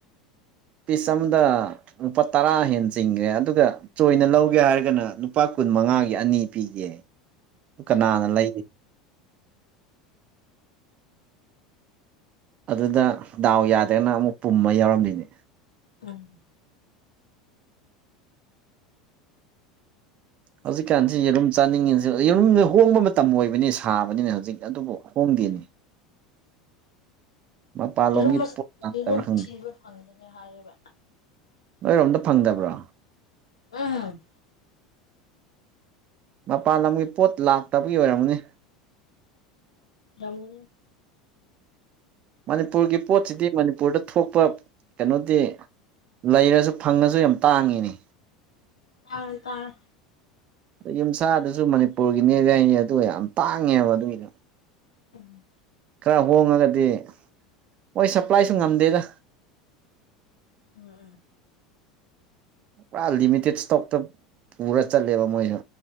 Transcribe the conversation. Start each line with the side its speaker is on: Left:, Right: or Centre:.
Right: ꯄꯤꯁ ꯑꯝꯗ ꯂꯨꯄꯥ ꯇꯔꯥ ꯍꯦꯟꯅ ꯆꯤꯡꯈ꯭ꯔꯦ ꯑꯗꯨꯒ ꯆꯣꯏꯅ ꯂꯧꯒꯦ ꯍꯥꯏꯔꯒꯅ ꯂꯨꯄꯥ ꯀꯨꯟ ꯃꯉꯥꯒꯤ ꯑꯅꯤ ꯄꯤꯒꯦ
Left: ꯎꯝ
Right: ꯀꯅꯥꯅ ꯂꯩꯒ ꯑꯗꯨꯗ ꯗꯥꯎ ꯌꯥꯗꯒꯅ ꯑꯃꯨꯛ ꯄꯨꯝꯕ ꯌꯥꯎꯔꯝꯃꯤꯅꯤ
Left: ꯎꯝ
Right: ꯍꯧꯖꯤꯛꯀꯥꯟꯁꯤ ꯌꯦꯔꯨꯝ ꯆꯥꯅꯤꯡꯉꯤꯁꯤ ꯌꯦꯔꯨꯝꯗ ꯍꯣꯡꯕ ꯃꯇꯝ ꯑꯣꯏꯕꯅꯤ ꯁꯥꯕꯅꯤꯅ ꯍꯧꯖꯤꯛ ꯑꯗꯨꯕꯨ ꯍꯣꯡꯗꯦꯅꯤ <inaudible> ꯃꯄꯥꯟꯂꯣꯝꯒꯤ
Left: ꯌꯦꯔꯨꯝ-ꯌꯦꯔꯨꯝ
Right: ꯄꯣꯠ ꯂꯥꯛꯇꯕ꯭ꯔꯥ ꯈꯪꯗꯦ
Left: <inaudible> ꯊꯤꯕ ꯐꯪꯒꯅꯤ ꯍꯥꯏꯔꯤꯕ
Right: ꯅꯣꯏꯔꯣꯝꯗ ꯐꯪꯗꯕ꯭ꯔꯣ
Left: ꯎꯝ
Right: ꯃꯄꯥꯟ ꯂꯝꯒꯤ ꯄꯣꯠ ꯂꯥꯛꯇꯕꯒꯤ ꯑꯣꯏꯔꯝꯃꯅꯤ
Left: ꯔꯝꯒꯅꯤ
Right: ꯃꯅꯤꯄꯨꯔꯒꯤ ꯄꯣꯠꯁꯤꯗꯤ ꯃꯅꯤꯄꯨꯔꯗ ꯊꯣꯛꯄ ꯀꯩꯅꯣꯗꯤ ꯂꯩꯔꯁꯨ ꯐꯪꯉꯁꯨ ꯌꯥꯝ ꯇꯥꯡꯉꯤꯅꯤ
Left: ꯇꯥꯡ ꯇꯥꯡ
Right: ꯌꯨꯝꯁꯥꯗꯨꯁꯨ ꯃꯅꯤꯄꯨꯔꯒꯤꯅꯦꯕ ꯌꯥꯏꯅꯦ ꯑꯗꯨꯒ ꯌꯥꯝ ꯇꯥꯡꯉꯦꯕ ꯑꯗꯨꯒꯤꯗ
Left: ꯎꯝ
Right: ꯈꯔ ꯍꯣꯡꯉꯒꯗꯤ ꯃꯣꯏ ꯁꯄ꯭ꯂꯥꯏꯁꯨ ꯉꯝꯗꯦꯗ
Left: ꯎꯝ ꯎꯝ
Right: ꯄꯨꯔꯥ ꯂꯤꯃꯤꯇꯦꯠ ꯏꯁꯇꯣꯛꯇ ꯄꯨꯔ ꯆꯠꯂꯦꯕ ꯃꯣꯏꯁꯨ